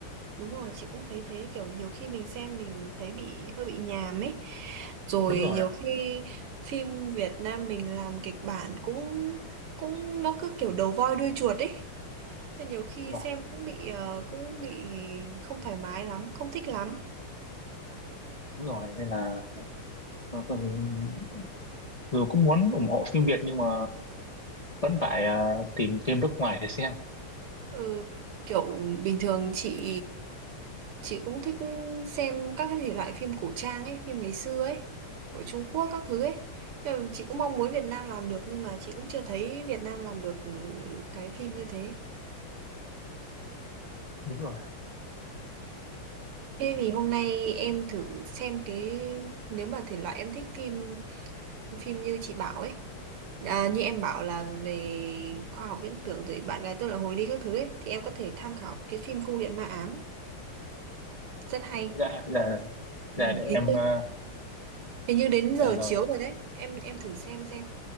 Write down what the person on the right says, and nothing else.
Đúng rồi, chị cũng thấy thế kiểu nhiều khi mình xem mình thấy bị hơi bị nhàm ấy. Rồi
nhiều
khi phim Việt Nam mình làm kịch bản cũng cũng nó cứ kiểu đầu voi đuôi chuột ấy. Nên nhiều khi
xem cũng bị ờ, cũng bị không thoải mái lắm, không thích lắm.
Ừ, kiểu bình thường chị chị cũng thích xem các cái thể loại phim cổ trang ấy, phim ngày xưa ấy, của Trung Quốc các thứ ấy. Nhưng mà chị cũng mong muốn Việt Nam làm được nhưng mà chị cũng chưa thấy Việt Nam làm được cái phim như thế.
Thế thì hôm nay em thử xem cái nếu mà thể loại em thích phim phim như chị bảo ấy. À, như em bảo là về khoa học viễn tưởng rồi bạn gái tôi là hồ ly các thứ ấy thì em có thể tham khảo cái phim Cung điện ma ám rất hay.
Ừ,
hình như
Hình như đến giờ
chiếu rồi đấy. Em em thử xem xem.